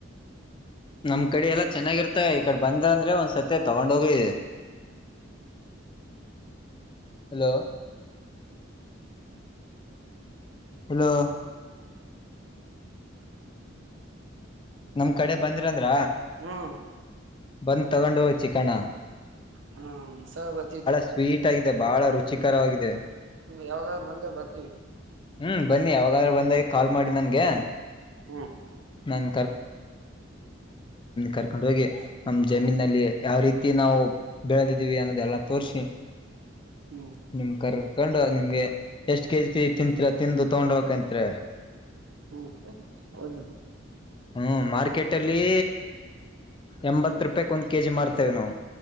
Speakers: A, on the left; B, on the right.
A: ನಮ್ ಕಡೆ ಎಲ್ಲಾ ಚೆನ್ನಾಗಿರ್ತ ಈ ಕಡೆ ಬಂದ ಅಂದ್ರೆ ಒಂದ್ಸತಿ ತಗೊಂಡೋಗಿ ಹಲೋ ಹಲೋ ನಮ್ ಕಡೆ ಬಂದ್ರೆ ಬಂದ್ರ
B: ಹ್ಮ್
A: ಬಂದ್ ತಗೊಂಡ ಹೋಗಿ ಚಿಕ್ಕಣ್ಣ
B: ಹಾ ಒಂದ್ಸಲ ಬರ್ತಿ ತಗೋಳಿ
A: ಸ್ವೀಟ್ ಆಗಿದೆ ಬಹಳ ರುಚಿ ಕರವಾಗಿದ್ದವೆ
B: ಯಾವಾಗಾದ್ರು ಬಂದ ಬರ್ತೀವಿ
A: ಹ್ಮ್ ಬನ್ನಿ ಯಾವಾಗಾದ್ರೂ ಬಂದಾಗ ಕಾಲ್ ಮಾಡಿ ನನ್ಗೆ
B: ಹ್ಮ್
A: ನಾನ್ ಕರ್ಕೊಂಡ ಹೋಗಿ ನಮ್ ಜಮೀನಲ್ಲಿ ಯಾವ ರೀತಿ ನಾವು ಬೆಳೆದಿದ್ದೀವಿ ಅನ್ನೋದೆಲ್ಲಾ ತೋರ್ಸಿ
B: ಹ್ಮ್
A: ನಿಮ್ ಕರ್ಕೊಂಡ ನಿ ನಿಮಗೆ ಎಷ್ಟ್ ಕೆಜಿ ತಿಂತರ ತಿಂದು ತಗೊಂಡ್ ಹಕತ್ರ
B: ಹ್ಮ ಹೌದ
A: ಹ್ಮ ಮಾರ್ಕೆಟ್ ಅಲ್ಲಿ ಎಂಬತ್ ರೂಪಾಯಕ್ ಒಂದ್ ಕೆಜಿ ಮಾಡ್ತೇವೆ ನಾವು